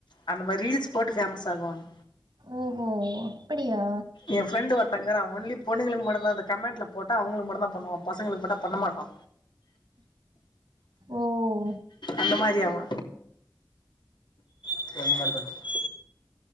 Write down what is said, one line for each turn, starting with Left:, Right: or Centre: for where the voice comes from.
Left: அந்த மாரி ரீல்ஸ் போட்டு ஃபேமஸ் ஆகுவாங்க
Right: ஓஹோ அப்டியா
Left: எ ஃப்ரெண்டு ஒர்த் தங்கரா ஒன்லி பொண்ணுங்களுக்கு மட்டு தங்க ஒன்லி பொண்ணுங்களுக்கு மட்டும் தா அந்த கமெண்ட்ல போட்ட அவங்களுக்கு மட்டு தா பண்ணுவா பசங்களுக்கு மட்டு பண்ண மாட்டோ
Right: ஓ
Left: அந்த மாரி அவோ ந்த <unintelligible>